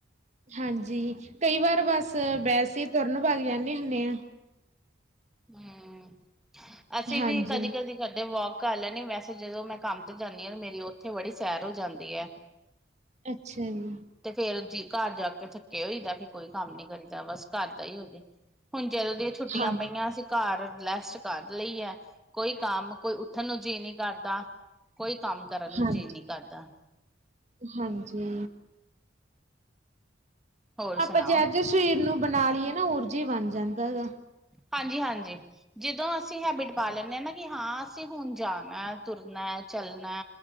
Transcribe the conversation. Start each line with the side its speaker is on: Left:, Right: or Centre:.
Right: ਹਾਂਜੀ, ਕਈ ਵਾਰ ਬਸ ਬੈਸੇ ਤੁਰਨ ਬੱਗ ਜਾਂਨੇੇ ਹੁੰਨੇ ਆ।
Centre: ਹੂੰ, ਅਸੀਂ
Right: ਹਾਂਜੀ।
Centre: ਵੀ ਕਦੀ-ਕਦੀ ਕਦੇ ਵੋਕ ਕਰ ਲੈਨੀ, ਵੈਸੇ ਜਦੋਂ ਮੈਂ ਕੰਮ ਤੇ ਜਾਂਨੀ ਆ, ਤੇ ਮੇਰੀ ਉੱਥੇ ਬੜੀ ਸੈਰ ਹੋ ਜਾਂਦੀ ਐ।
Right: ਅੱਛਾ ਜੀ।
Centre: ਤੇ ਫੇਰ ਜੀ, ਘਰ ਜਾਕੇ ਥੱਕੇ ਹੋਈਦਾ ਫਿਰ ਕੋਈ ਕੰਮ ਨੀ ਕਰੀਦਾ, ਬਸ ਘਰ ਦਾ ਈ ਹੋਜੇ। ਹੁਨ ਜਦੋਂ ਦੀਆਂ ਛੁੱਟੀਆਂ
Right: ਹਾਂ
Centre: ਪਈਆਂ ਅਸੀ ਘਰ ਰੈਸਟ ਕਰ ਲਈ ਐ, ਕੋਈ ਕੰਮ, ਕੋਈ ਉੱਠਣ ਨੂੰ ਜੀਅ ਨੀਂ ਕਰਦਾ। ਕੋਈ ਕੰਮ ਕਰਨ ਨੂੰ
Right: ਹਾਂਜੀ।
Centre: ਜੀਅ ਨਹੀਂ ਕਰਦਾ।
Right: ਹਾਂਜੀ।
Centre: ਹੋਰ
Right: ਆਪਾ
Centre: ਸੁਣਾਓ
Right: ਜੈ ਜਾ ਸਰੀਰ ਨੂੰ ਬਣਾ ਲੀਏ ਨਾ, ਉਹੋ ਜਿਹਾ ਬਣ ਜਾਂਦਾਗਾ।
Centre: ਹਾਂਜੀ-ਹਾਂਜੀ, ਜਦੋਂ ਅਸੀਂ ਹੈਬਿਟ ਪਾ ਲੈਂਨੇ ਆ, ਨਾ ਕਿ ਹਾਂ, ਅਸੀਂ ਹੁਨ ਜਾਣਾ ਤੁਰਨਾ, ਚੱਲਨਾ